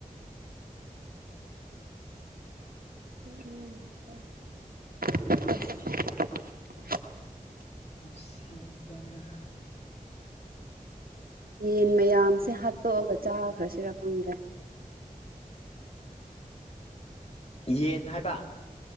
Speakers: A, on the right; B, on the left.
A: <unintelligible>
B: ꯁꯤ ꯇꯜꯂ‌ꯦ
A: ꯌꯦꯟ ꯃꯌꯥꯝꯁꯦ ꯍꯥꯠꯇꯣꯛꯑꯒ ꯆꯥꯈ꯭ꯔꯁꯤꯔ ꯈꯪꯗ꯭ꯔꯦ
B: ꯌꯦꯟ ꯍꯥꯏꯕ